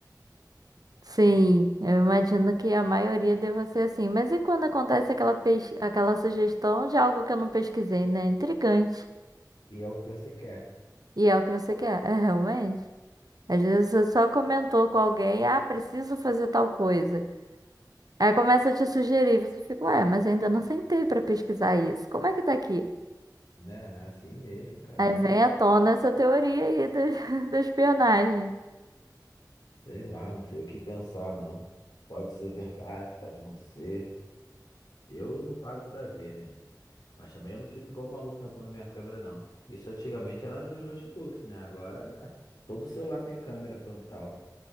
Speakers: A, on the right; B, on the left.
A: Sim, eu imagino que a maioria deva ser assim. Mas e quando acontece aquela, pes- aquela sugestão de algo que eu não pesquisei, né? Intrigante.
B: E é o que você quer,
A: E é o que você quer? É realmente? Às vezes você só comentou com alguém, ah, preciso fazer tal coisa. Aí começa a te sugerir, você fica, ué, mas eu ainda não sentei para pesquisar isso. Como é que tá aqui?
B: né? É assim mesmo, caramba.
A: Aí vem à tona essa teoria aí da, <laughs> da espionagem.
B: Sei lá, não sei o que pensar, não. Pode ser verdade, pode não ser. Eu não pago pra ver, né? Mas também eu não fico igual maluco tampando minha câmera, não. Isso antigamente era nos notebooks, né? Agora todo celular tem câmera frontal.